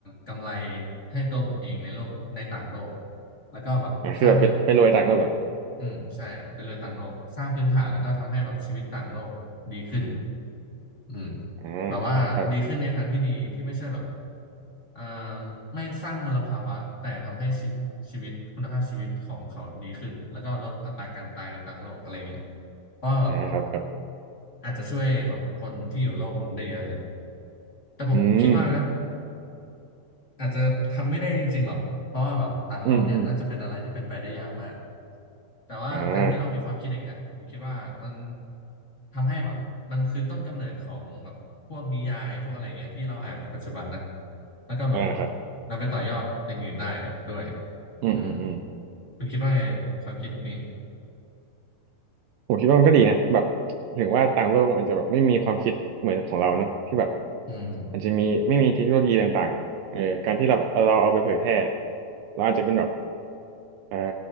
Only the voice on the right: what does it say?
อ่าคือแบบไปไปรวยต่างโลกอะ
อ่า
ครับ
อ่าครับครับ
อืม
อืมอืม
อ่า
อ่าครับ
อืมอืมอืม
ผมคิดว่ามันก็ดีนะแบบถึงว่าต่างโลกมันอาจจะแบบไม่มีความคิดเหมือนของเราเนาะที่แบบ
อาจจะมีไม่มีเทคโนโลยีต่างๆเอ่อการที่เราเอาเราเอาไปเผยแพร่เราอาจจะเป็นแบบเอ่อ